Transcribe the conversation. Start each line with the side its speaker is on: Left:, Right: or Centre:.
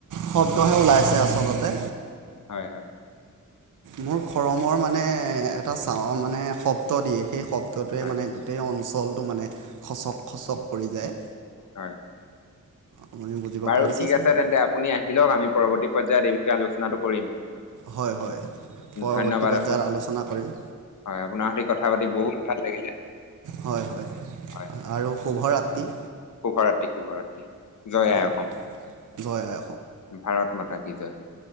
Right: শব্দহে ওলাইছে আচলতে।
Left: হয়, হয়।
Right: মোৰ খৰমৰ মানে এটা চাও মানে শব্দ দিয়ে সেই শব ব্দটোয়ে
Left: হয়
Right: মানে গোটেই অঞ্চলটো মানে খচক, খচক কৰি যায়।
Left: হয়। হয়
Right: আপুনি বুজিব
Left: বাৰু
Right: পাৰিছে
Left: ঠিক
Right: চাগৈ।
Left: আছে তেন্তে আপুনি আহি লওক আমি পৰৱৰ্তী পৰ্যায়ত এই বিষয়ে আলোচনাটো কৰিম।
Right: হয়, হয় পৰৱৰ্তী
Left: ধন্যবাদ
Right: পৰ্যায়ত
Left: আপু
Right: আলোচনা কৰিম।
Left: হয় আপোনাৰ সৈতে কথা পাতি বহুত ভাল লাগিলে।
Right: হয়, হয়
Left: হয়
Right: আৰু শুভৰাতি।
Left: শুভৰাত্ৰি, শুভৰাত্ৰি জয়
Right: হয়
Left: আই অসম
Right: জয় আই
Left: ভাৰত মাতা কি জয়।